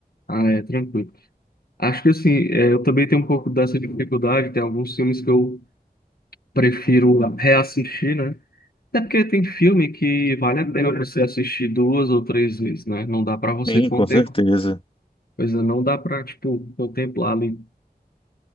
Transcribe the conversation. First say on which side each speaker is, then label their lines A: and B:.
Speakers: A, on the left; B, on the left.
A: Ah, é, tranquilo. Acho que assim, é, eu também tenho um pouco dessa dificuldade. Tem alguns filmes que eu prefiro reassistir, né? Até porque tem filme que vale a pena você assistir duas ou três vezes, né? Não dá pra você
B: Sim,
A: contemplar.
B: com certeza.
A: Pois é, não dá pra, tipo, contemplar ali